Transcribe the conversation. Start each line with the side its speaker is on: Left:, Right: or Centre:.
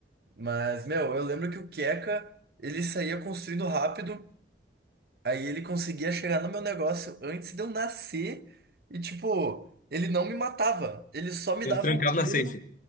Right: Mas, meu, eu lembro que o Keka, ele saía construindo rápido. Aí ele conseguia chegar no meu negócio antes de eu nascer e, tipo, ele não me matava. Ele só me
Left: Ele
Right: dava
Left: trancava
Right: um tiro.
Left: na safe.